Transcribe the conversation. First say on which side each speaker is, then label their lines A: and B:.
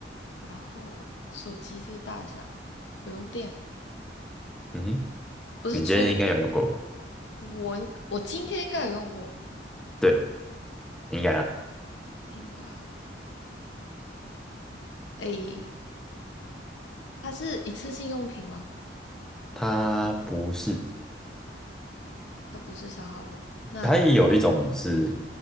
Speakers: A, on the left; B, in the centre.
A: 然后手机这个大小不用电，
B: 嗯哼，
A: 不是出
B: 你今天应该有用过，
A: 我应我今天应该有用过，
B: 对，应该啊。
A: 应该诶，它是一次性用品吗？
B: 它不是，
A: 它不是消耗物。那
B: 它也有一种是